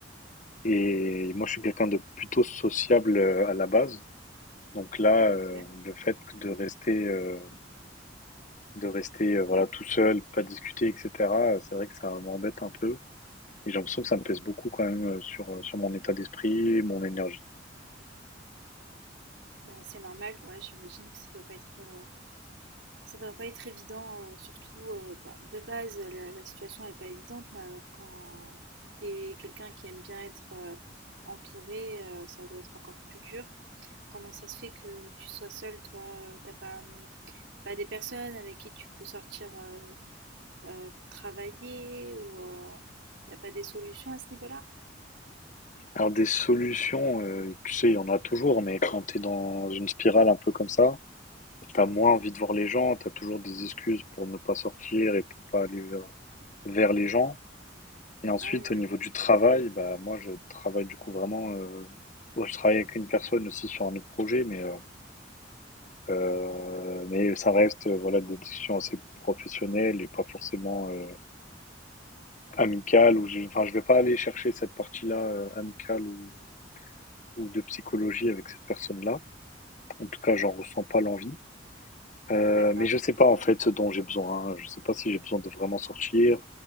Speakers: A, on the left; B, on the right.
A: et moi je suis quelqu'un de plutôt sociable euh, à la base. Donc là,
B: ok.
A: euh, le fait que de rester, euh, de rester euh, voilà tout seul, pas discuter, etc. C'est vrai que ça m'embête un peu. Et j'ai l'impression que ça me pèse beaucoup quand même euh, sur, euh, sur mon état d'esprit, mon énergie.
B: Bah, c'est normal, ouais, j'imagine que ça doit pas être, euh, ça doit pas être évident, euh, surtout euh, bah, de base, la, la situation est pas évidente, mais alors quand t'es quelqu'un qui aime bien être euh, entouré, euh, ça doit être encore plus dur. Comment ça se fait que tu sois seul, toi? euh, T'as pas, hum, pas des personnes avec qui tu peux sortir euh, euh, travailler ou euh, y a pas des solutions à ce niveau-là?
A: Alors des solutions, euh, tu sais, il y en a toujours, mais quand t'es dans une spirale un peu comme ça, t'as moins envie de voir les gens, t'as toujours des excuses pour ne pas sortir et pour pas aller vers, vers les gens. Et ensuite,
B: Ah oui, oui,
A: au niveau du travail, bah moi je travaille du coup vraiment, euh, moi, je travaille avec une personne aussi sur un autre projet, mais euh, euh, mais ça reste euh, voilà des discussions assez professionnelles et pas forcément euh, amicale ou je, enfin, je vais pas aller chercher cette partie-là euh, amicale ou, ou de psychologie avec cette personne-là. En tout cas, j'en ressens pas l'envie. Euh,
B: d'accord.
A: mais je sais pas en fait ce dont j'ai besoin. Je sais pas si j'ai besoin de vraiment sortir,